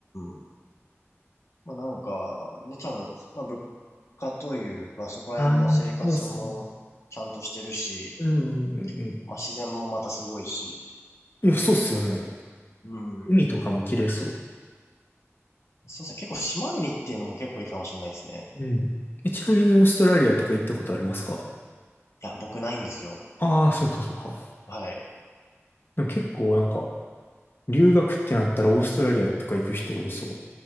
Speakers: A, on the left (about 70°); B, on the left (about 45°).
A: ん。まあなんか、ね、多分、まあ物価というか、そこら辺の生活もちゃんとしてるし、
B: ああ、そうっすねうんうんうんうん。
A: まあ自然もまたすごいし、
B: いや、そうっすよね。
A: うん。
B: 海とかも綺麗そ
A: そうですね、結構島国っていうのも結構いいかもしれないですね。
B: う。うん。え、ちなみにオーストラリアとか行ったことありますか
A: いや、僕ないんですよ。
B: ああー、そうかそうか。
A: はい。
B: でも結構なんか、留学ってなったらオーストラリアとか行く人多そ